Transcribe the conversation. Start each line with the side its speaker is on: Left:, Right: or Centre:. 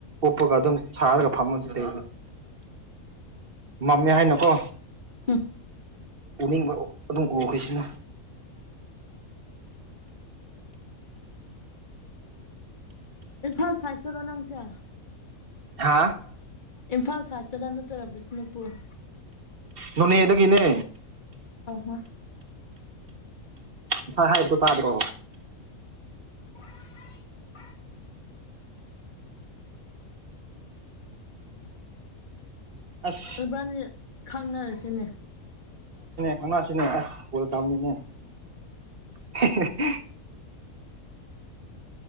Right: ꯎꯞꯄꯒ ꯑꯗꯨꯝ ꯁꯥꯔꯒ ꯐꯝ <unintelligible> ꯃꯝꯃꯦ ꯍꯥꯏꯅꯀꯣ
Left: ꯎꯝ
Right: ꯎꯅꯤꯡꯕ ꯑꯗꯨꯝ ꯎꯈꯁꯤꯅ
Left: ꯏꯐꯜ ꯁꯥꯏꯇꯗꯅꯪꯆꯥ
Right: ꯍꯥꯥ
Left: ꯏꯝꯐꯥꯜ ꯁꯥꯏꯠꯇꯅ ꯅꯠꯇ꯭ꯔꯒ ꯕꯤꯁꯅꯨꯄꯨꯔ
Right: ꯅꯣꯅꯦꯗꯒꯤꯅꯦ
Left: ꯑꯣ ꯍꯣ
Right: ꯉꯁꯥꯏ ꯍꯥꯏꯕꯗꯣ ꯇꯥꯗ꯭ꯔꯣ
Left: <unintelligible>
Right: ꯑꯁ
Left: ꯏꯣꯏꯕꯥꯅꯤ ꯈꯪꯅꯔꯁꯤꯅꯦ
Right: ꯈꯪꯅꯥꯁꯤꯅꯦ ꯑꯁ ꯀꯣꯜ ꯇꯥꯝꯅꯤꯅꯦ <unintelligible>